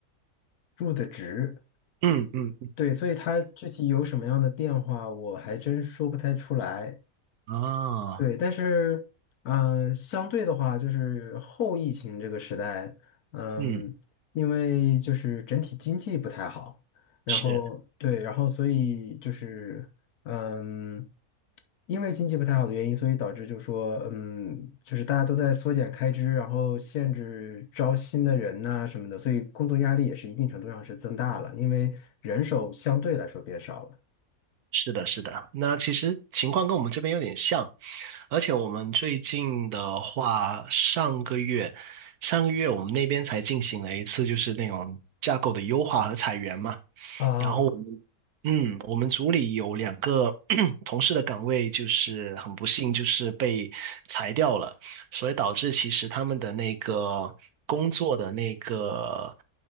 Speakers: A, on the left; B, on the right.
A: 入的职，
B: 嗯嗯，
A: 对，所以它具体有什么样的变化，我还真说不太出来。
B: 啊，
A: 对，但是，嗯、相对的话，就是后疫情这个时代，嗯，
B: 嗯，
A: 因为就是整体经济不太好，然后对，
B: 是。
A: 然后所以就是，嗯，因为经济不太好的原因，所以导致就说，嗯，就是大家都在缩减开支，然后限制招新的人呐、什么的，所以工作压力也是一定程度上是增大了，因为人手相对来说变少了。
B: 是的，是的。那其实情况跟我们这边有点像，而且我们最近的话，上个月，上个月我们那边才进行了一次就是那种架构的优化和裁员嘛。
A: 啊，
B: 然后我们，嗯，我们组里有两个 <clears throat> 同事的岗位，就是很不幸，就是被裁掉了，所以导致其实他们的那个工作的那个